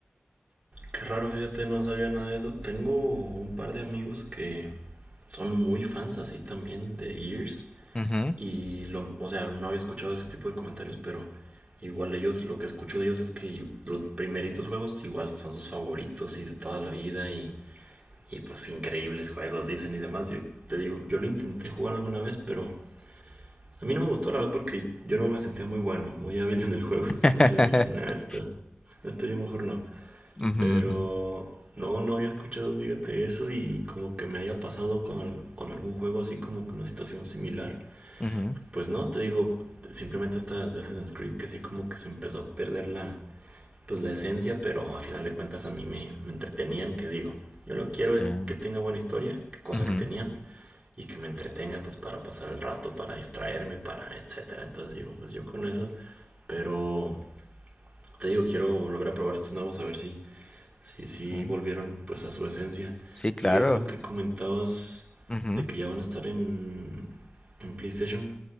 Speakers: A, on the right; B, on the left.
A: Qué raro, fíjate, no sabía nada de eso. Tengo un par de amigos que son muy fans así también de Gears.
B: Ujú.
A: Y, lo, o sea, no había escuchado ese tipo de comentarios, pero igual ellos, lo que escucho de ellos es que los primeritos juegos igual son sus favoritos y de toda la vida y, y pues increíbles juegos dicen y demás. Yo te digo, yo lo intenté jugar alguna vez, pero a mí no me gustó la verdad porque yo no me sentía muy bueno, muy hábil en el juego, <laughs>
B: <laughs>
A: entonces dije, nah, esto, esto yo mejor no.
B: Ujú,
A: Pero
B: ujú,
A: no, no había escuchado, fíjate eso y como que me haya pasado con, al- con algún juego así como que una situación similar.
B: ujú,
A: Pues no, te digo, simplemente esta de Assassin's Creed que sí como que se empezó a perder la, pues la esencia, pero a final de cuentas a mí me, me entretenían, que digo, yo lo que quiero
B: Okay,
A: es que tenga buena historia, que cosa
B: ujú.
A: que tenían, y que me entretenga pues para pasar el rato, para distraerme, para etcétera. Entonces digo, pues yo con eso, pero te digo, quiero volver a probar estos nuevos a ver si, si, si
B: okay.
A: volvieron pues a su esencia.
B: Sí, claro.
A: Y eso que comentabas
B: Ujú,
A: de que ya van a estar en, en PlayStation,